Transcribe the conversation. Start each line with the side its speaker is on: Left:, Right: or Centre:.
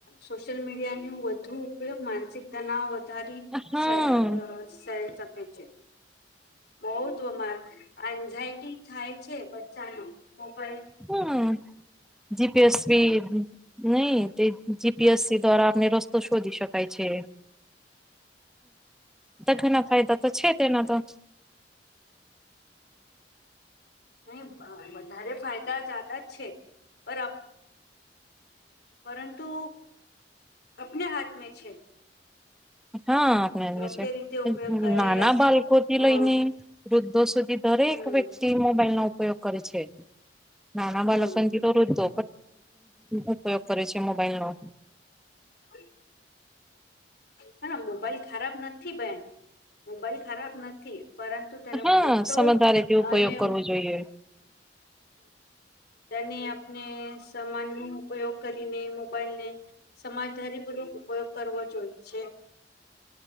Left: સોશિયલ મીડિયા ન વધુ ઉપયોગ માનસિક તનાવ ધારી
Centre: હા
Left: સ સ જગ છે. બહ જ અમારે એન્ઝાયટી થાય છે બચ્ચાનો મોબાઈલ
Centre: હમ્મ જી. પી. એસ. સી નહી તે જી. પી. એસ. સી દ્વારા આપને રસ્તો શોધી શકાય છે. ઘના ફાયદા તો છે તેના તો.
Left: નહી વધારે ફાયદા જદા જ છે પણ પરંતુ આપને હાથ મે છે.
Centre: હા આપણે
Left: યોગ્ય
Centre: એ છે
Left: રીતે ઉપયોગ કરે
Centre: નાના
Left: યા
Centre: બાળકો થી
Left: હમ
Centre: લઈને વૃદ્ધો સુધી દરેક
Left: હમ
Centre: વ્યક્તિ મોબાઈલ નો ઉપયોગ કરે છે. નાના
Left: હમ
Centre: બાળકોથી તો ઉપયોગ કરે છે મોબાઈલ નો.
Left: તે હ મોબાઈલ ખરાબ નથી બેન મોબાઈલ ખરાબ નથી પરંતુ તેનો
Centre: હા
Left: ખોટો
Centre: સમધારી તે ઉપયોગ
Left: અને
Centre: કરવો જોઈએ.
Left: અનેને આપણે સમય નો ઉપયોગ કરીને મોબાઈલ ને સમાજધારી ઉપયોગ કરવો જોઈ છે.